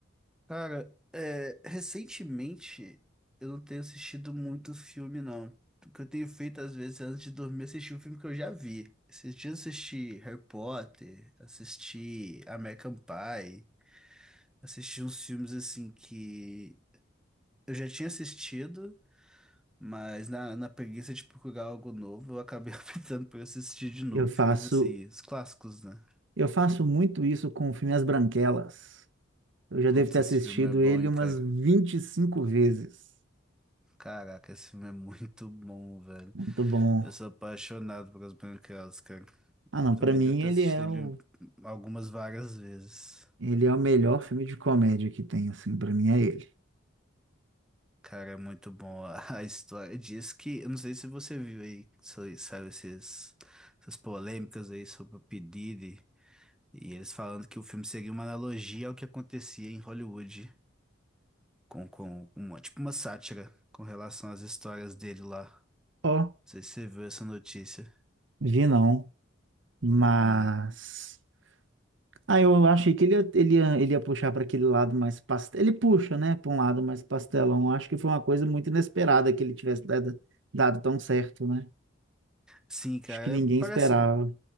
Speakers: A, in the centre; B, on the right.
A: Cara, é, recentemente eu não tenho assistido muito filme, não. O que eu tenho feito às vezes é, antes de dormir assistir um filme que eu já vi. Esses dias eu assisti Harry Potter, assisti American Pie. Assisti uns filmes assim que eu já tinha assistido, mas na, na preguiça de procurar algo novo, eu acabei <laughs> optando por assistir de novo.
B: Eu faço,
A: Filmes assim, os clássicos, né?
B: eu faço muito isso com o filme As Branquelas. Eu já devo
A: Putz,
B: ter
A: esse
B: assistido
A: filme é bom,
B: ele
A: hein,
B: umas
A: cara?
B: 25 vezes.
A: Caraca, esse filme é muito bom, velho.
B: Muito bom.
A: Eu sou apaixonado pelas Branquelas, cara.
B: Ah,
A: Eu
B: não,
A: também
B: pra mim
A: devo ter
B: ele
A: assistido
B: é o
A: ele algumas várias vezes.
B: Ele é o melhor filme de comédia que tem, assim, pra mim é ele.
A: Cara, é muito bom. <laughs> A a história diz que. Eu não sei se você viu aí, sa- saiu esses, essas polêmicas aí sobre o P. Diddy. E eles falando que o filme seria uma analogia ao que acontecia em Hollywood, com, com uma, tipo uma sátira com relação às histórias dele lá. Não
B: Ó,
A: sei se você viu essa notícia.
B: vi não, mas.
A: É.
B: Ah, eu achei que ele ia, ele ia, ele ia puxar para aquele lado mais pastel. Ele puxa, né, para um lado mais pastelão. Eu Acho que foi uma coisa muito inesperada que ele tivesse dado, dado tão certo, né?
A: Sim, cara,
B: Acho que ninguém
A: é- parece,
B: esperava.